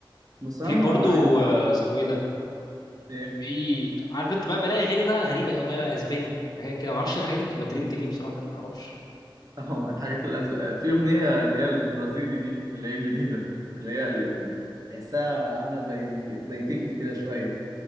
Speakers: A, on the right; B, on the left.
A: بس
B: في
A: انا
B: برضو
A: ما
B: آه، اسمه ايه ده
A: ايه
B: في عارف انت بقى بلاقي اغاني بقى غريبه قوي بقى اسباني حاجات كده معرفش الحاجات دي بتبقى ترند ليه بصراحه ما اعرفش
A: اهو الحاجات الأزرق في اغنيه اللي هي البرازيلي دي اللي هي الجديده اللي هي ال- تحسها عامله زي زي تكنو كده شويه